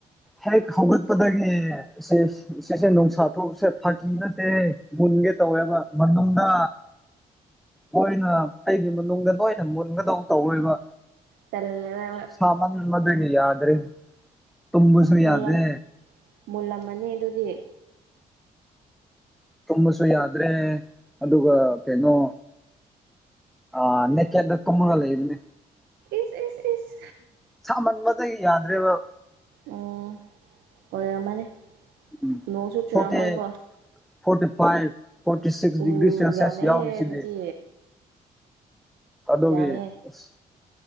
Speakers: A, in the centre; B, on the right.
A: ꯍꯦꯛ ꯍꯧꯒꯠꯄꯗꯒꯤ ꯏꯦ ꯏꯁꯦ ꯅꯨꯡꯁꯥ ꯊꯣꯛꯁꯦ ꯐꯥꯀꯤ ꯅꯠꯇꯦ ꯃꯤꯟꯒꯦ ꯇꯧꯋꯦꯕ ꯃꯅꯨꯡꯗ ꯂꯣꯏꯅ ꯑꯩꯒꯤ ꯃꯅꯨꯡꯗ ꯂꯣꯏꯅ ꯃꯨꯟꯒꯗꯧ ꯇꯧꯔꯦꯕ
B: ꯇꯜꯂꯦꯗ
A: ꯁꯃꯥꯟꯕꯗꯒꯤ ꯌꯥꯗ꯭ꯔꯦ ꯇꯝꯕꯁꯨ
B: ꯃꯨꯜꯂꯝ
A: ꯌꯥꯗꯦ
B: ꯃꯨꯜꯂꯝꯃꯅꯤ ꯑꯗꯨꯗꯤ
A: ꯇꯨꯝꯕꯁꯨ ꯌꯥꯗ꯭ꯔꯦ ꯑꯗꯨꯒ ꯀꯩꯅꯣ ꯑ ꯅꯦꯛꯀꯦꯠꯇ ꯇꯨꯝꯝꯒ ꯂꯩꯕꯅꯦ
B: ꯏꯁ ꯏꯁ ꯏꯁ
A: ꯁꯥꯃꯟꯕꯗꯒꯤ ꯌꯥꯗ꯭ꯔꯦꯕ
B: ꯎꯝ ꯑꯣꯏꯔꯝꯃꯅꯤ
A: ꯐꯣꯔꯇꯤ
B: ꯅꯣꯡꯁꯨ ꯆꯨꯔꯝꯃꯣꯏꯀꯣ
A: ꯐꯣꯔꯇꯤ ꯐꯥꯏꯚ ꯐꯣꯔꯇꯤ ꯁꯤꯛꯁ
B: ꯎ
A: ꯗꯤꯒ꯭ꯔꯤ ꯁꯦꯜꯁꯤꯌꯥꯁ
B: ꯌꯥꯝꯃꯦꯍꯦ
A: ꯌꯥꯎꯔꯤ ꯁꯤꯗꯤ
B: ꯑꯗꯨꯗꯤ
A: ꯑꯗꯨꯒꯤ
B: ꯌꯥꯝꯃꯦ
A: ꯑꯁ